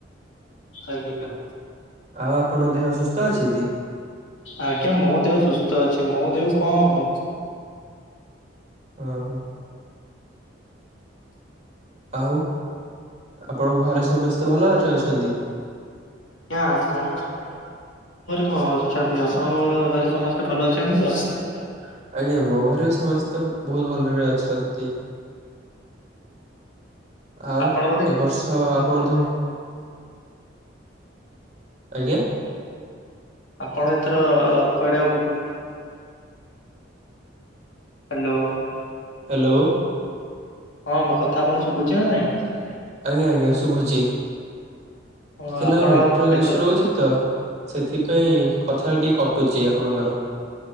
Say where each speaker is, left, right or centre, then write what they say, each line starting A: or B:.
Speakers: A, on the left; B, on the right.
A: ଆଜ୍ଞା।
B: ଆଉ ଆପଣ ଦେହ ସୁସ୍ଥ ଅଛି ତି?
A: ଆଜ୍ଞା ମୋ ଦେହ ସୁସ୍ଥ ଅଛି ମୋ ଦେହକୁ କଣ ହବ?
B: ଅ ହଁ। ଆଉ ଆପଣଙ୍କ ଘରେ ସମସ୍ତେ ଭଲରେ ଅଛନ୍ତି?
A: ଆମ
B: ଆଜ୍ଞା
A: ଘରେ
B: ଆପଣଙ୍କ ଆପଣଙ୍କ
A: କଣ
B: ଘରେ
A: ଅଛନ୍ତି
B: କଣ ଅଛନ୍ତି।
A: ଆପଣଙ୍କ
B: ଆପଣଙ୍କ
A: ଘରେ ସମସ୍ତେ
B: ଘରେ
A: ଭଲ
B: ସମସ୍ତେ
A: ଅଛନ୍ତି ତ?
B: ଭଲ ଅଛନ୍ତି? ଅଛନ୍ତି ତ ଆଜ୍ଞା ମୋ ଘରେ ବି ସମସ୍ତେ ବହୁତ ଭଲରେ ଅଛନ୍ତି। ଆଉ
A: ଆପଣ ବୋଧେ
B: ଏ ବର୍ଷ ଆପଣ ଦ ଆଜ୍ଞା।
A: ଆପଣ ଏଥର କୁଆଡେ ଆଉ ବୁଲ
B: କୁଆଡେ ଆଉ କଣ?
A: ହ୍ୟାଲୋ।
B: Hello hello.
A: ହଁ ମୋ କଥା ଆପଣଙ୍କୁ
B: ଆଜ୍ଞା
A: ଶୁଭୁଛି ନା ନାଇଁ?
B: ଆଜ୍ଞା ଶୁଭୁଛି।
A: ହଁ
B: ଟିକେ
A: ଆପଣ
B: ନାକୁ ନେଟୱାର୍କ
A: ଆଉ ଏଥର
B: ଇସୁ ରହୁଚି ତ। ସେଥିପାଇଁ କଥାଟା ଟିକେ କଟୁଚି ଆପଣଙ୍କର।